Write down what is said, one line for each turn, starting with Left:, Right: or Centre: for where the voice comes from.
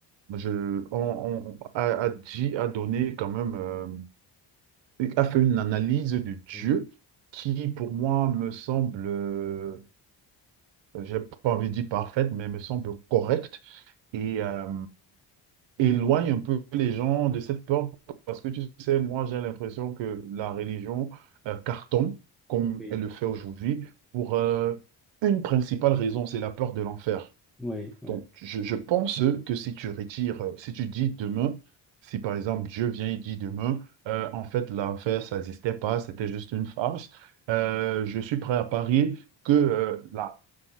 Right: je, on, on- a, a dit, a donné quand même. euh, a fait une analyse de Dieu
Centre: oui,
Right: qui, pour moi, me semble, euh, j'ai pas envie de dire parfaite, mais me semble correcte et euh, éloigne un peu les gens de cette peur. Parce que tu sais, moi, j'ai l'impression que la religion euh, cartonne, comme
Centre: oui,
Right: elle le fait aujourd'hui, pour euh, une principale raison, c'est la peur de l'enfer.
Centre: oui, oui,
Right: Donc, je, je pense que si tu retires, euh, si tu dis demain, si par exemple Dieu vient et dit demain, euh, en fait, l'enfer, ça n'existait pas, c'était juste une farce, euh, je suis prêt à parier que euh, la